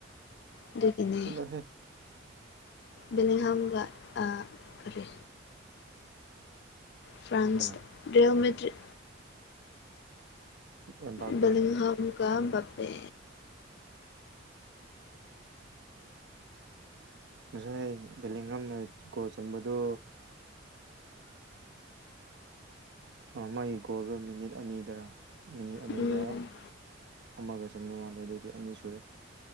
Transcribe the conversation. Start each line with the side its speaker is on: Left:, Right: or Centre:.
Left: ꯑꯗꯨꯒꯤꯅꯦ
Right: ꯆꯠꯂꯣꯍꯦ
Left: ꯕꯂꯦꯍꯝꯒ ꯟꯥ ꯀꯔꯤ ꯐ꯭ꯔꯥꯟꯁ
Right: ꯀꯅꯥ
Left: ꯔꯦꯜꯃꯦꯗꯔ꯭ꯤꯇ
Right: ꯑꯦꯝꯕꯥꯄꯦ
Left: ꯕꯂꯤꯡꯍꯝ ꯒꯥ ꯕꯥꯄꯦ
Right: ꯉꯁꯥꯏ ꯕꯦꯂꯤꯍꯝꯅ ꯒꯣꯜ ꯆꯟꯕꯗꯨ ꯃꯥꯒꯤ ꯒꯣꯜꯗꯣ ꯃꯤꯅꯤꯠ ꯑꯅꯤꯗꯔ ꯃꯤꯅꯤꯠ ꯑꯅꯤꯗ
Left: ꯎꯝ
Right: ꯑꯃꯒ ꯆꯪꯕ ꯃꯥꯜꯂꯦ ꯑꯗꯨꯗꯤ ꯑꯅꯤ ꯁꯨꯔꯦ